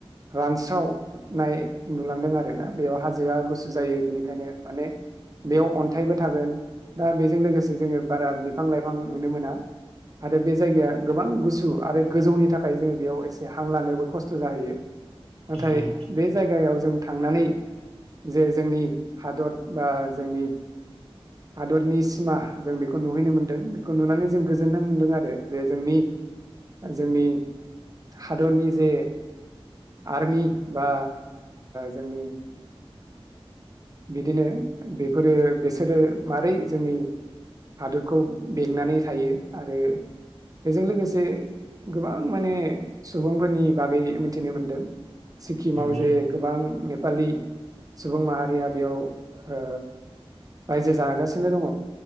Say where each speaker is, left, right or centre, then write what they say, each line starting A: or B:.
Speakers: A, on the right; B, on the right.
A: रानस्रावनाय नुलांदों आरो ना। बेयाव हाजोआ गुसु जायो बेनिखायनो माने बेयाव अन्थाइबो थागोन। दा बेजों लोगोसे जोङो बारा बिफां लाइफां नुनो मोना आरो बे जायगाया गोबां गुसु आरो गोजौनि थाखाय जोङो बेयाव एसे हां लानोबो खस्थ' जाहैयो। नाथाय
B: नंगौ नंगौ
A: बे जायगायाव जों थांनानै जे जोंनि हादर बा जोंनि हादरनि सिमा जों बेखौ नुहैनो मोनदों बेखौ नुनानै जों गोजोननाय मोनदों आरो जे जोंनि जोंनि हादरनि जे आर्मि बा जोंनि बिदिनो बेफोरो बेसोरो मारै जोंनि हादरखौ बेंनानै थायो। आरो बेजों लोगोसे गोबां माने सुबुंफोरनि बागै मिथिनो मोनदों, सिक्किमाव
B: नंगौ
A: जे गोबां नेपालि सुबुं माहारिया बेयाव ओ रायजो जागासिनो दङ